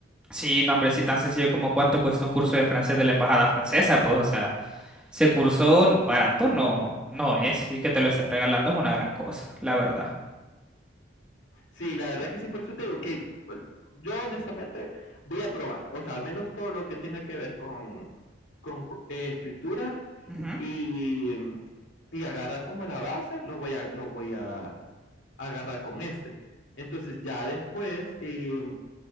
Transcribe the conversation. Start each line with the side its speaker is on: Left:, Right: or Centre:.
Centre: Sí, no, hombre, sí, tan sencillo como cuánto cuesta un curso de francés de la embajada francesa, pues, o sea. Ese curso barato no, no es, y que te lo estén regalando es una gran cosa, la verdad.
Left: Sí, la verdad que sí, por eso te digo que bueno, yo honestamente voy a probar, o sea, al menos todo lo que tenga que ver con, con eh, escritura
Centre: Ujú,
Left: y, y agarrar como la base, lo voy a, lo voy a agarrar con este. Entonces ya después, eh,